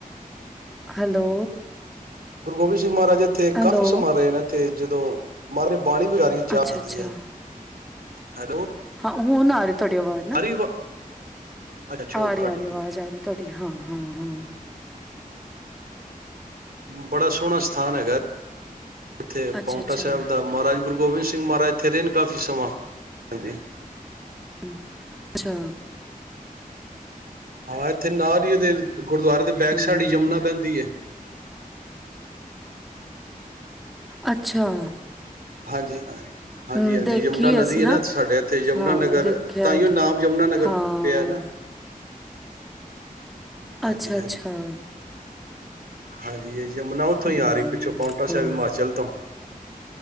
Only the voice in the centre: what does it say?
ਹੈਲੋ।
ਹੈਲੋ
ਅੱਛਾ ਅੱਛਾ
ਉਹ ਨਾ ਰਹੇ ਤੁਹਾਡੀ ਆਵਾਜ਼ ਨਾ
ਆ
ਰਹੀ
ਆ ਰਹੀ
ਆਵਾਜ਼ ਆ ਰਹੀ ਤੁਹਾਡੀ ਹਾਂ-ਹਾਂ। ਹੂੰ
ਅੱਛਾ
ਅੱਛਾ
ਹੂੰ ਅੱਛਾ
ਹਮ
ਅੱਛਾ
ਹੂੰ
ਦੇਖੀ
ਅਸੀਂ
ਨਾ,
ਹਾਂ
ਦੇਖਿਆ
ਉਥੇ
ਹਾਂ,
ਅੱਛਾ-ਅੱਛਾ।
ਹੂੰ
ਹੋਰ,